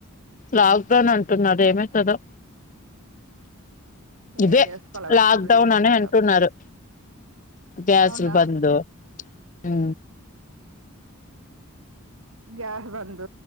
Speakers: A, on the left (about 35°); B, on the right (about 70°).
A: లాక్డౌన్ అంటున్నారు ఏమైతదో ఇదే
B: ఏం చేసుకోల పెడతారు
A: లాక్ డౌన్
B: ఏం
A: అని
B: కథో
A: అంటున్నారు గ్యాస్లు
B: అవునా
A: బందు ఊ
B: గ్యాస్ బంద